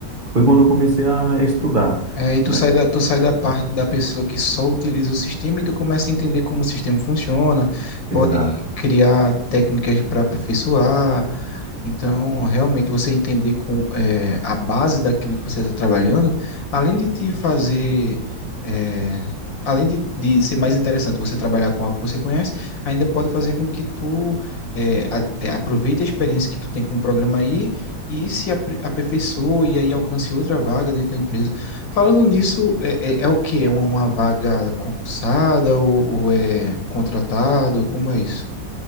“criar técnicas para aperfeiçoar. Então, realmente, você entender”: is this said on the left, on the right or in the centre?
Left